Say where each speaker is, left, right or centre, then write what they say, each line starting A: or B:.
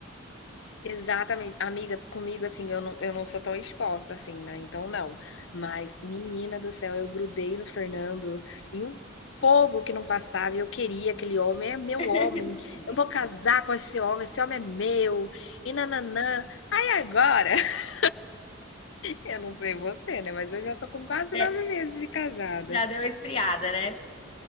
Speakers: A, on the left; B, on the left.
A: Exatamente. Amiga, comigo assim, eu não eu não sou tão exposta assim, né, então não. Mas, menina do céu, eu grudei no Fernando em um fogo que não passava e eu queria aquele homem, é meu
B: <laughs>
A: homem, eu vou casar com esse homem, esse homem é meu, e nananã. nã Aí agora, <laughs> eu não sei você, né, mas eu já tô com quase
B: É,
A: 9 meses de casada.
B: já deu uma esfriada, né?